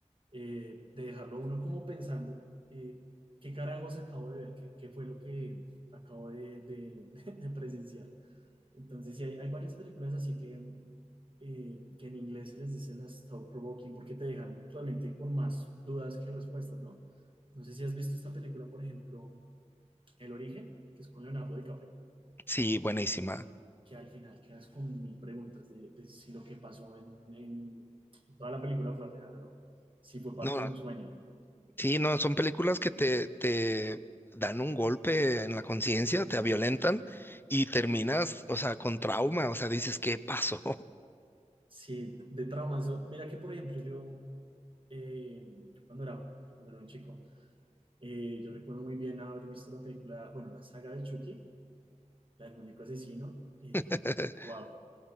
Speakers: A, on the right; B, on the left.
A: Eh, de dejarlo uno como pensando, eh, ¿qué carajos acabo de ver? ¿Qué, qué fue lo que acabo de, de- <laughs> de presenciar? Entonces, sí, hay, hay varias películas así que, eh, que en inglés se les dice las thought-provoking porque te dejan realmente con más dudas que respuestas, ¿no? No sé si has visto esta película, por ejemplo, El Origen, que es con Leonardo DiCaprio,
B: Sí, buenísima.
A: que al final quedas con mil preguntas de, de si lo que pasó en, en toda la película fue real o no, si fue parte
B: No, no,
A: de un sueño,
B: sí, no, son películas que te, te dan un golpe en la conciencia, te violentan y terminas, o sea, con trauma. O sea, dices, ¿qué pasó?
A: si de traumas. Yo- Mira que, por ejemplo, yo eh, cuando era, cuando era un chico, eh, yo recuerdo muy bien haber visto la película, bueno, la saga de Chucky, la del muñeco asesino. Eh,
B: <laughs>
A: wow,